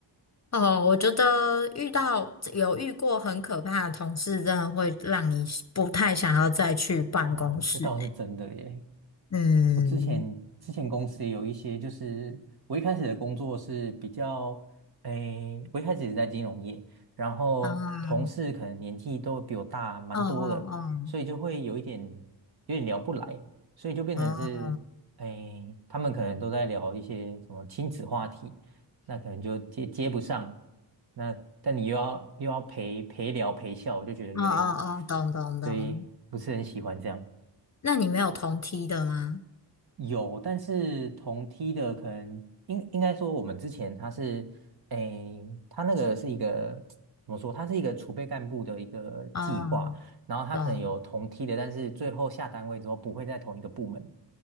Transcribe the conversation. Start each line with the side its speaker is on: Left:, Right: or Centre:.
Left: 哦，我觉得遇到有遇过很可怕的同事，真的会让你不太想要再去办公室。
Right: 哦，这倒是真的耶。
Left: 嗯，
Right: 我之前之前公司有一些，就是我一开始的工作是比较，诶，我一开始也是在金融业，然后同事可能年纪都比我大蛮多的，
Left: 啊，哦哦哦，
Right: 所以就会有一点有点聊不来，所以就变成是，
Left: 哦
Right: 诶，他们可能都在聊一些什么亲子话题，那可能就接接不上，那但你又要又要陪陪聊陪笑，我就觉得有点，
Left: 哦哦哦，懂懂懂。
Right: 对，不是很喜欢这样。
Left: 那你没有同梯的吗？
Right: 有，但是同梯的可能应应该说，我们之前他是，诶，他那个是一个怎么说？他是一个储备干部的一个计划，
Left: 哦，
Right: 然后他可能有同梯的，
Left: 懂。
Right: 但是最后下单位之后不会在同一个部门，